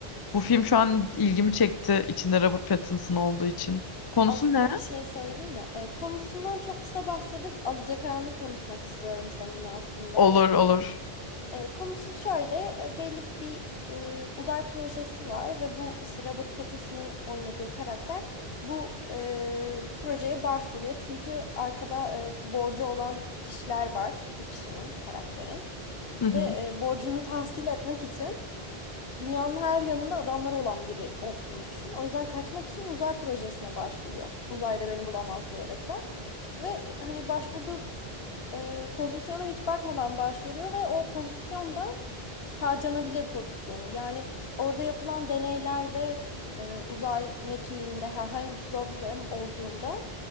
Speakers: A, on the left; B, on the left.
A: bu film şu an ilgimi çekti içinde Robert Pattinson olduğu için. Konusu
B: Aslında
A: ne?
B: bir şey söyleyeyim mi? Ee, konusundan çok kısa bahsedip alacakaranlık konuşmak istiyorum seninle aslında.
A: Olur olur.
B: Ee, konusu şöyle, e, belli bir e, uzay projesi var ve bu işte Robert Pattinson'ın oynadığı karakter bu e, projeye başvuruyor. Çünkü arkada e, borcu olan kişiler var bu kişinin, karakterin.
A: Hı hı.
B: Ve e, borcunu tahsil etmek için dünyanın her yanında adamları olan biri olduğunu düşün. O yüzden kaçmak için uzay projesine başvuruyor. Uzayda beni bulamaz diyerekten. Ve hani başvurduğu e, pozisyona hiç bakmadan başvuruyor ve o pozisyonda harcanabilir pozisyonu. Yani orada yapılan deneyler ve e, uzay mekiğinde herhangi bir problem olduğunda